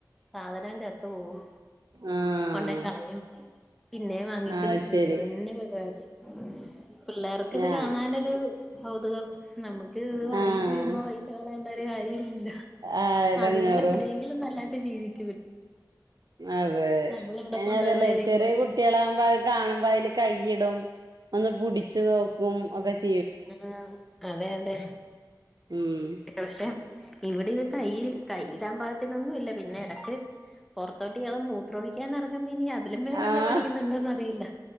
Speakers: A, in the centre; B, on the right.
A: സാധനം ചത്ത് പോവും
B: ആഹ്
A: കൊണ്ട കളയും പിന്നെ വാങ്ങിക്കും
B: അത് ശരി
A: ഇത് തന്നെ പരിപാടി പിള്ളേർക്ക് ഇത്
B: ആഹ്
A: കാണാനൊരു കൗതുകം നമ്മുക്ക്ത് വാങ്ങിച്ച
B: ആഹ്
A: ചെയ്യുമ്പ പൈസ കളയേണ്ട ഒരു കാര്യവും ഇല്ല
B: ആഹ് എടങ്ങേറും
A: അത്ങ്ങള് എവിടെയെങ്കിലും നല്ലായിട്ട് ജീവിക്കും
B: അതെ
A: നമ്മള് ഇവിടെ
B: അയ്ന്
A: കൊണ്ടുവന്ന്
B: അതല്ലേ
A: കഴിയുമ്പത്തേക്കും
B: ചെറിയ കുട്ടികളാ അപ്പത് കാണുമ്പോ അയ്ല് കൈയിടും ഒന്ന് പുടിച്ചു നോക്കും ഒക്കെ ചെ
A: ആഹ് അതെ അതെ
B: ഉം
A: പക്ഷെ ഇവിടെ ഇത് കൈ കൈയിടാമ്പാകത്തിനൊന്നും ഇല്ല പിന്നെ എടക്ക് പുറത്തോട്ട് ഇയാള് മൂത്രോഴിക്കാൻ ഇറങ്ങുമ്പോ ഇനി അത് <unintelligible>
B: ആഹ്
A: പഠിക്കുന്നുണ്ടോറിയില്ല